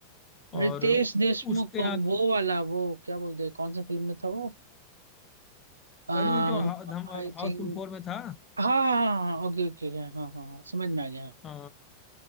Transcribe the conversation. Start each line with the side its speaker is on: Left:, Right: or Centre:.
Right: रितेश
Left: और
Right: देशमुख
Left: उसके
Right: कौन
Left: आगे
Right: वो वाला वो क्या बोलते हैं कौन सा फिल्म में था वो I
Left: अरे ये जो हा, धम, हाउसफुल
Right: think
Left: फोर में था
Right: हाँ हाँ हाँ ओके ओके हाँ okay, okay, okay, हाँ हाँ हाँ, समझ में आ गया हाँ
Left: अ,